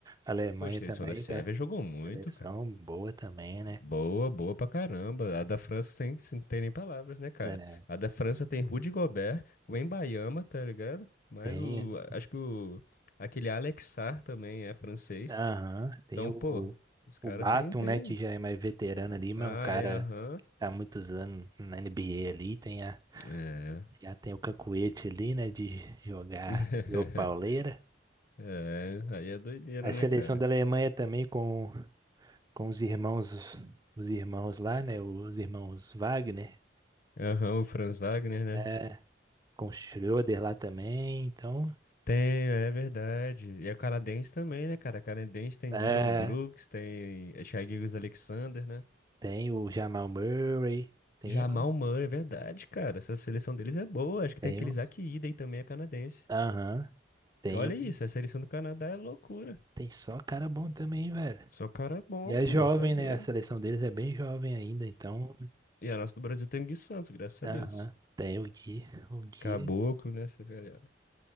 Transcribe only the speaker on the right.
Alemanha
também,
tem uma
seleção
boa também, né?
É,
tem
Aham, Tem
o,
o Batum,
né, que já é mais veterano ali, mas
é um cara
que tá há muitos anos na NBA ali, tem a,
já tem o cacuete ali, né, de jogar,
jogou pauleira.
A
seleção
da Alemanha também com, com os irmãos, os irmãos lá, né, os irmãos Wagner,
é, com o Schröder lá também, então,
é,
tem o Jamal Murray, tem,
um,
tem,
um.
aham, tem,
um-
tem só cara bom também, velho.
E é
jovem,
né? A seleção deles é bem jovem ainda, então.
Aham.
Tem o Gui, o Gui.